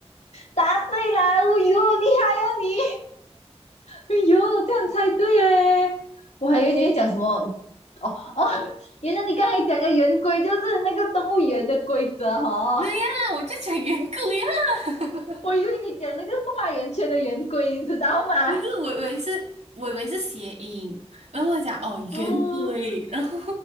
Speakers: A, on the left; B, on the right.
A: 答对了，哦哟，厉害哦你！哎呦，这样猜对哎！我还以为你会讲什么哦哦，原来你刚才讲的圆规就是那个动物园的规则哈、
B: 对呀，
A: 哦
B: 我就讲圆规呀，<laughs> 可
A: 我以为你讲那个画圆圈的圆规，你知道吗？
B: 是我以为是，我以为是谐音，然后我讲哦圆规，
A: 哦，
B: 然后